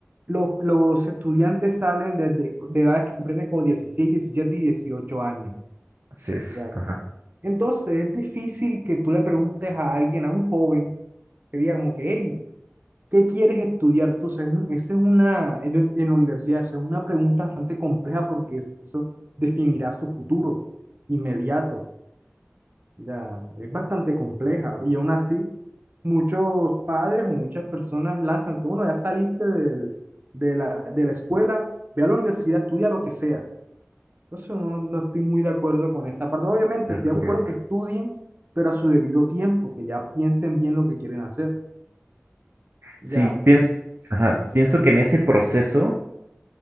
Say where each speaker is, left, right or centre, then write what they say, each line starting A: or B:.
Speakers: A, on the right (about 45°); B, on the right (about 60°).
A: los, los estudiantes salen desde de edades que comprenden como 16, 17 y 18 años.
B: así es,
A: Ya.
B: ajá,
A: Entonces es difícil que tú le preguntes a alguien, a un joven, que diga como que, hey, ¿qué quieres estudiar tú? O sea, es un- esa es una, en en la universidad, esa es una pregunta bastante compleja porque eso definirá su futuro inmediato. Ya, es bastante compleja y aún así muchos padres o muchas personas lanzan que uno ya saliste del- de la, de la escuela, ve a la universidad, estudia lo que sea. Entonces no, no estoy muy de acuerdo con esa parte. Obviamente
B: es
A: estoy
B: correcto.
A: de acuerdo que estudien, pero a su debido tiempo, que ya piensen bien lo que quieren hacer. Ya,
B: Sí, pienso, ajá, pienso que en ese proceso,